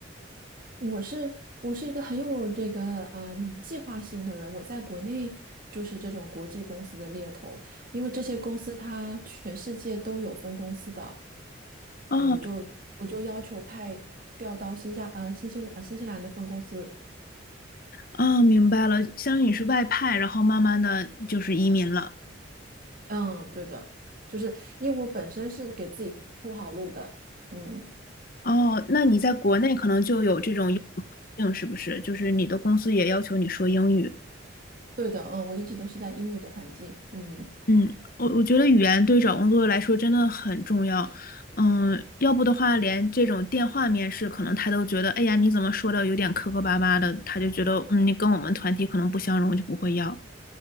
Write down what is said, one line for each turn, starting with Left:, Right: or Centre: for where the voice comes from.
Right: 我是我是一个很有这个嗯计划性的人，我在国内就是这种国际公司的猎头，因为这些公司它全世界都有分公司的，
Left: 哦
Right: 嗯，我就我就要求派调到新加呃新西呃新西兰的分公司，
Left: 哦，明白了，相当于你是外派，然后慢慢的就是移民了。
Right: 嗯，对的，就是因为我本身是给自己铺好路的，嗯，
Left: 哦，那你在国内可能就有这种英语环境，是不是？就是你的公司也要求你说英语。
Right: 对的，嗯，我一直都是在英语的环境，嗯。
Left: 嗯，我我觉得语言对找工作来说真的很重要。嗯，要不的话，连这种电话面试，可能他都觉得，哎呀，你怎么说的有点磕磕巴巴的，他就觉得，嗯，你跟我们团体可能不相容，就不会要。